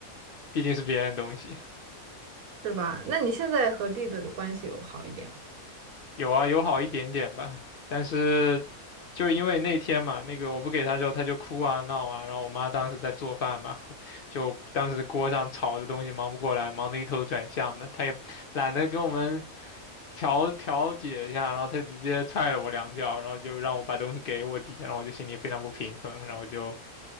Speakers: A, on the left (about 60°); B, on the right (about 80°).
A: 毕竟是别人的东西。
B: 是吧？那你现在和弟弟的关系有好一点吗？
A: 有啊，有好一点点吧，但是就因为那天嘛，那个我不给他之后，他就哭啊闹啊，然后我妈当时在做饭嘛，<laughs> 就当时锅上炒的东西忙不过来，忙得一头转向的，他也懒得给我们调调解一下，然后他直接踹了我两脚，然后就让我把东西给我弟，然后我就心里非常不平衡，然后我就